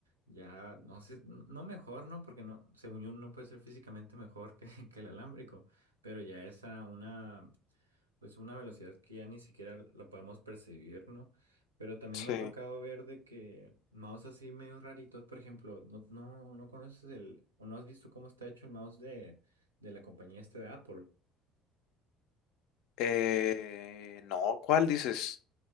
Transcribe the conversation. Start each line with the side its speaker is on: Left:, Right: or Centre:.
Right: ya, no sé, no mejor, ¿no? Porque no, según yo no puede ser físicamente mejor que, <laughs> que el alámbrico, pero ya es a una, pues una velocidad que ya ni siquiera la podemos percibir, ¿no? Pero también
Left: Sí.
Right: me ha tocado ver de que mouse así medio raritos, por ejemplo, no, no, no conoces el, o no has visto cómo está hecho el mouse de, de la compañía esta de Apple.
Left: Eh, no, ¿cuál dices?